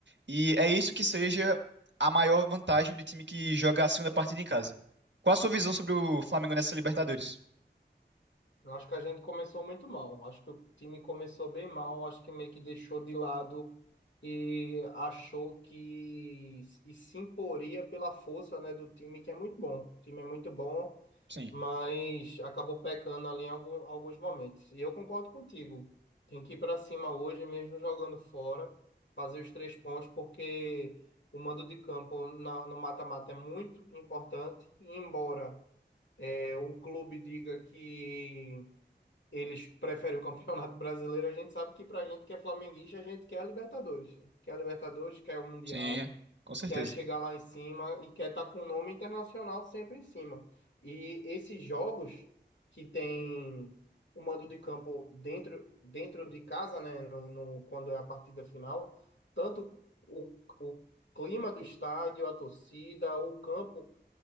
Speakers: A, on the right (about 80°); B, on the left (about 80°).
A: e é isso que seja a maior vantagem do time que joga a segunda partida em casa. Qual a sua visão sobre o Flamengo nessa Libertadores?
B: Eu acho que a gente começou muito mal. Acho que o time começou bem mal. Acho que meio que deixou de lado e achou que e se imporia pela força, né, do time, que é muito bom. O time é muito bom,
A: Sim,
B: mas acabou pecando ali em algum- alguns momentos. E eu concordo contigo. Tem que ir para cima hoje, mesmo jogando fora, fazer os três pontos, porque o mando de campo na- no mata-mata é muito importante. E embora é, o clube diga que eles preferem o Campeonato <laughs> Brasileiro, a gente sabe que pra gente que é flamenguista, a gente quer a Libertadores. né? Quer a Libertadores, quer o Mundial,
A: sim, Com certeza.
B: quer chegar lá em cima e quer estar com o nome internacional sempre em cima. E esses jogos que tem o mando de campo dentro, dentro de casa, né, no, no- quando é a partida final, tanto o, o clima do estádio, a torcida, o campo